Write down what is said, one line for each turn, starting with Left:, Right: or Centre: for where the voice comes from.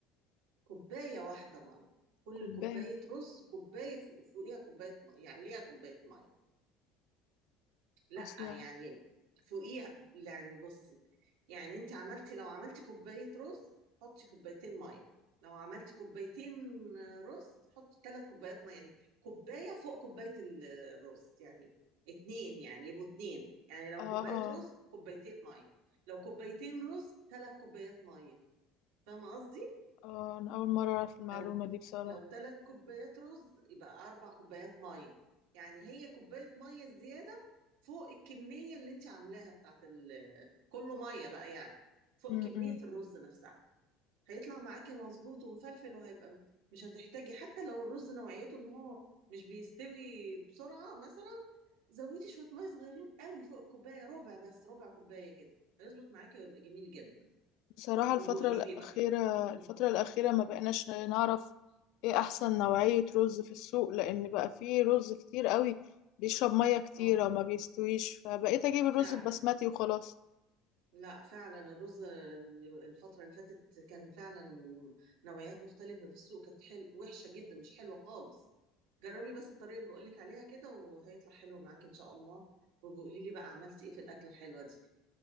Right: كوبايه واحده ميه كل
Left: كوبايه
Right: كوبايه رز كوبايه فوقيها كوبايه ميه يعني ليها كوبايه ميه لا
Left: اصلا
Right: يعني فوقيها يعني بصي يعني انت عملتي لو عملتي كوباية رز حطي كوبايتين مية لو عملتي كوبايتين رز حطي ثلاث كوبايات مية يعني كوباية فوق كوباية ال- الرز يعني اتنين يعني يبقوا اتنين يعني لو
Left: اه
Right: كوباية
Left: اه
Right: رز كوبايتين مية لو كوبايتين رز ثلاث كوبايات مية فاهمة قصدي؟
Left: اه انا اول مره اعرف المعلومه
Right: لو
Left: دي بصراحه
Right: لو ثلاث كوبايات رز يبقى اربع كوبايات ميه يعني هي كوبايه ميه زياده فوق الكميه اللي انت عاملاها بتاعت ال- كله ميه بقى يعني فوق
Left: م-
Right: كميه
Left: م.
Right: الرز نفسها هيطلع معاكي مظبوط ومفلفل وهيبقى مش هتحتاجي حتى لو الرز نوعيته ان هو مش بيستوي بسرعه مثلا زودي شويه ميه صغيرين قوي فوق الكوبايه ربع بس ربع كوبايه كده هيظبط معاكي ويبقى جميل جدا
Left: بصراحة
Right: وبقولي
Left: الفترة الأخيرة
Right: لي بقى <laughs>
Left: الفترة الأخيرة ما بقيناش نعرف ايه أحسن نوعية رز في السوق لأن بقى فيه رز كتير قوي بيشرب مية كتيرة
Right: اه
Left: وما بيستويش فبقيت أجيب الرز
Right: فعلا
Left: البسمتي وخلاص
Right: لا فعلا الرز الفترة اللي فاتت كان فعلا نوعيات مختلفة في السوق كانت حل... وحشة جدا مش حلوة خالص جربي بس الطريقة اللي بقولك عليها كده وهيطلع حلو معاك إن شاء الله وبقولي لي بقى عملتي إيه في الأكلة الحلوة دي